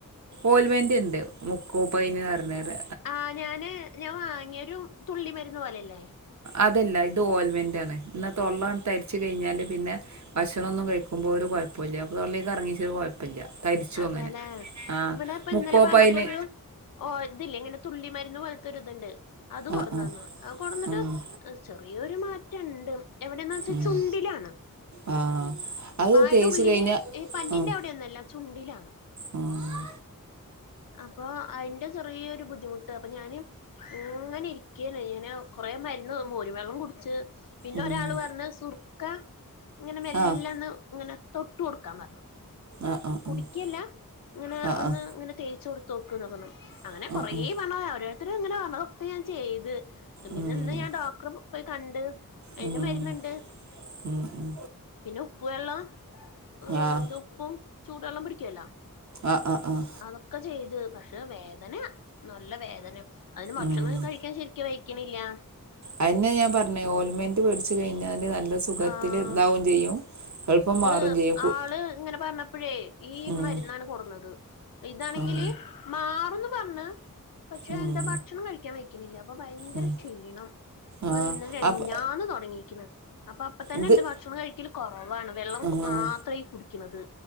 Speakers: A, on the right; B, on the left.
A: ഓൽമെന്റ്ണ്ട് മുക്കോപൈന് പറഞ്ഞരൂ
B: ആ ഞാന് ഞാൻ വാങ്ങിയൊ ഒരു തുള്ളി മരുന്ന് പോലെല്ലേ
A: അതല്ല ഇത് ഓൽമെന്റ് ആണ് ഇന്ന തൊള്ള തരിച്ച് കഴിഞ്ഞാല് പിന്നെ ഭക്ഷണൊന്നുംകഴിക്കുമ്പോ ഒരു കുഴപ്പമല്ല അപ്പൊ തൊള്ളേക്ക് ഇറങ്ങിച്ച കുഴപ്പം കുഴപ്പം ഇല്ല തരിച്ചു
B: അതെല്ലേ
A: അങ്ങനെ ആഹ
B: ഇവിടെ ഇപ്പ
A: മുക്കോപ്പയിന്
B: ഇന്നലെ പറഞ്ഞപ്പോ ഒരു ഓ ഇതില്ലേ ഇങ്ങനെ തുള്ളി മരുന്ന് പോലത്തൊരു ഇതുണ്ട് അത് കൊടന്നന്ന്
A: ആഹ് ആഹ്
B: ആ കൊടന്നിട്ട്
A: ആഹ്
B: ചെറിയൊരു മാറ്റം ഉണ്ട് എവിടെന്ന് വെച്ചാ
A: ഉം
B: ചുണ്ടിലാണ്
A: ആഹ് അത്
B: വായയുടെ
A: തേച്ച്
B: ഉള്ളില്
A: കഴിഞ്ഞാ
B: ഈ പല്ലിന്റെ
A: ആഹ്
B: അവിടെ ഒന്നുംല്ല ചുണ്ടിലാണ്
A: ആഹ്
B: അപ്പൊ അതിന്റെ ചെറിയൊരു ബുദ്ധിമുട്ട് അപ്പൊ ഞാന് ങ്ങനെ <unintelligible> കൊറെ മരുന്ന് മോര് വെള്ളം കുടിച്ച് പിന്നെ
A: ഉം
B: ഒരാള് പറഞ്ഞു സുർക്ക ഇങ്ങനെ മെല്ലൊന്ന്
A: ആഹ്
B: ഇങ്ങനെ തൊട്ട് കൊടുക്കാൻ പറഞ്ഞു
A: ആഹ് ആഹ് ആഹ്
B: കുടിക്കെല്ല. ങ്ങനെ
A: ആഹ്
B: ഒന്ന് ങ്ങനെ തേച്ചൊട്ത്തോക്ക് ന്നാ പർഞ്ഞെ. അങ്ങനെ
A: ആഹ്
B: കൊറേ
A: ആഹ്
B: പർഞ്ഞ <unintelligible> അവര് ത്ര ങ്ങനെ പർണു. തേ ഞാൻ ചെയ്ത്. പിന്നെ
A: ഉം
B: ഇന്ന് ഞാൻ ഡോക്ടറ് പോയി കണ്ട് അയ്ന്റെ
A: ഉം
B: മര്ന്ന്ണ്ട്.
A: ഉം ഉം
B: പിന്നെ ഉപ്പ് വെള്ളം. ഉം
A: ആഹ്
B: ന്താ ഉപ്പും ചൂടെള്ളം പിടിക്കല്ലാ
A: ആഹ് ആഹ് ആഹ്
B: അതൊക്കെ ചെയ്ത്. പക്ഷെ വേദന നല്ല വേദന്യാ. അതിന് ഭക്ഷണം
A: ഉം
B: കഴിക്കാൻ ശരിക്കു വെയിക്കിണില്ലാ.
A: അയെന്നെ ഞാപർഞ്ഞെ. ഓൽമെന്റ് വേട്ച്ച് കഴിഞ്ഞാല് നല്ല സുഖത്തില്
B: ആഹ്
A: താവും ചെയ്യും. എളുപ്പം
B: ഇത്
A: മാറും ചെയ്യും കു
B: ആള് ഇങ്ങനെ പർണപ്പഴേ ഈ
A: ഉം
B: മരുന്നാണ് കൊട്ന്നത്. ഇതാണെങ്കില്
A: ഉം
B: മാറുംന്ന് പർണ്. പക്ഷെ
A: ഉം
B: എന്താ ഭക്ഷണം കഴിക്കാൻ വൈക് ക്കിണില്ല അപ്പൊ ഭയങ്കര
A: ഉം
B: ക്ഷീണം. <unintelligible>
A: ആഹ്
B: ഇന്നലെ,
A: അപ്പ
B: മിഞ്ഞഞ്ഞാന്ന് തുടങ്ങി ക്കിണെ അപ്പൊ അപ്പ തന്നെണ്ട്
A: ഇത്
B: ഭക്ഷണം കഴിക്കല് കൊറവാണ്. വെള്ളം
A: ആഹ്
B: കു മാത്ര ഈ കുടിക്ക്ണത്.